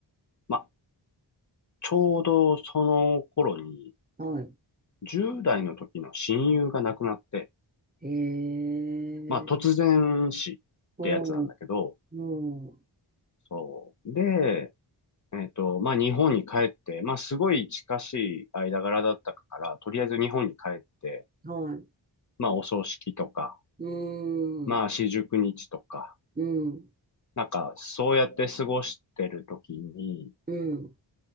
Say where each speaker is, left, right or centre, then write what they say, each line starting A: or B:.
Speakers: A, on the left; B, on the right.
A: まあ、ちょうどその頃に、
B: は
A: 10代の時の親友が亡くなって、
B: い。へえ、
A: まあ、突然死ってやつなんだけど、
B: おう、おう、
A: そう。で、えっと、まあ、日本に帰って、まあ、すごい近しい間柄だったから、とりあえず日本に帰って、
B: はい。
A: まあ、お葬式とか、
B: うー
A: まあ、
B: ん、
A: 四十九日とか、
B: うん、
A: なんか、そうやって過ごしてる時に、
B: うん、